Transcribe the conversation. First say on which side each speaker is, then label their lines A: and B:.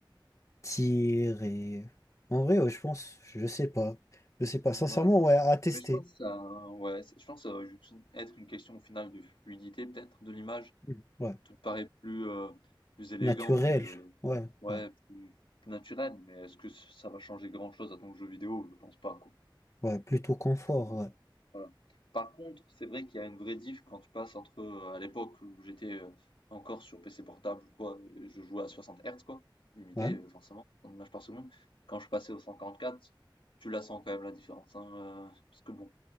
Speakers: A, on the left (about 35°); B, on the left (about 80°).
A: tir et. En vrai, ouais, je pense, je sais pas. Je sais pas. Sincèrement,
B: Voilà.
A: ouais, à tester.
B: Mais je pense que ça ouais, c'est je pense que ça va juste être une question au final de fluidité peut-être de l'image.
A: Mm. Ouais.
B: Tout paraît plus, heu, plus élégant,
A: Naturel.
B: plus, heu,
A: Ouais,
B: ouais,
A: ouais.
B: plus plus naturel, mais est-ce que ça va changer grand-chose à ton jeu vidéo? Je pense pas, quoi.
A: Ouais, plutôt confort,
B: Franchement,
A: ouais.
B: heu, voilà. Par contre, c'est vrai qu'il y a une vraie diff quand tu passes entre, heu, à l'époque où j'étais, heu, encore sur PC portable ou quoi, heu, je jouais à 60 Hz quoi, limité,
A: Ouais,
B: heu, forcément, en images par seconde. Quand je passais au 144, tu la sens quand même la différence, hein, heu, parce que bon